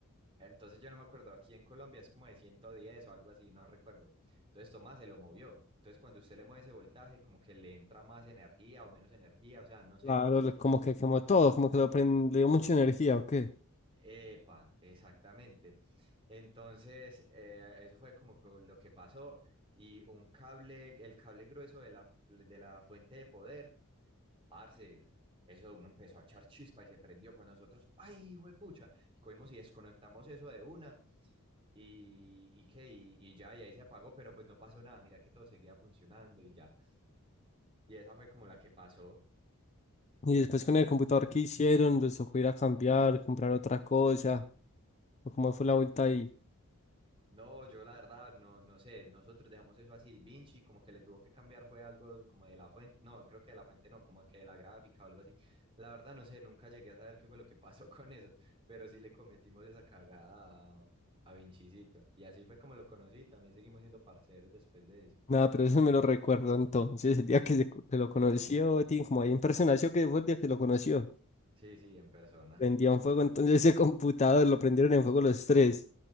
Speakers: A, on the right (about 25°); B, on the left (about 30°).
A: Entonces yo no me acuerdo, aquí en Colombia es como de 110 o algo así, no recuerdo. Entonces Tomás se lo movió. Entonces cuando usted le mueve ese voltaje como que le entra más energía o menos energía, o sea, no sé.
B: Claro, lo- como que quemó todo, como que lo prendió mucha energía o qué.
A: Epa, exactamente. Entonces, eh, eso fue como co- lo que pasó y un cable, el cable grueso de la, fu- de la fuente de poder, parce, eso uno empezó a echar chispa y se prendió con nosotros. ¡Ay, pucha! Cogimos y desconectamos eso de una y, y qué, y, y ya, y ahí se apagó, pero pues no pasó nada, mira que todo seguía funcionando y ya. Y esa fue como la que pasó.
B: Y después con el computador que hicieron, les tocó ir a cambiar, comprar otra cosa, o cómo fue la vuelta ahí.
A: No, yo la verdad no, no sé, nosotros dejamos eso así. Vinci como que le tuvo que cambiar fue algo como de la fuente, no, creo que de la fuente no, como que de la gráfica o algo así. La verdad no sé, nunca llegué a saber qué fue lo que pasó <laughs> con eso, pero sí le cometimos esa cagada a, a Vincicito. Y así fue como lo conocí, también seguimos siendo parceros después de eso.
B: Nada, pero eso me lo recuerdo entonces, el día que, se, que lo conoció, tiene como ahí en persona, ¿sí o qué fue el día que lo conoció?
A: Sí, sí, en persona.
B: prendía Prendían fuego entonces ese computador, lo prendieron en fuego los tres.